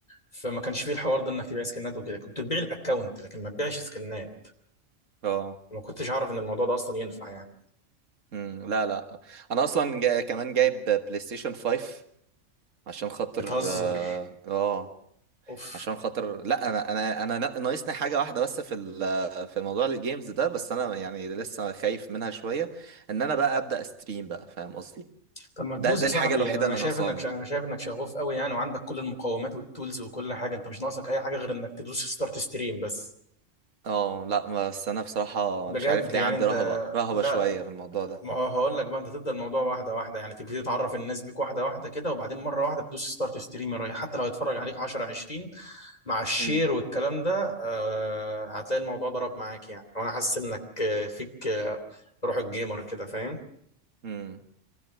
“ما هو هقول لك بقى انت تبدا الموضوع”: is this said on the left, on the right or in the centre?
Left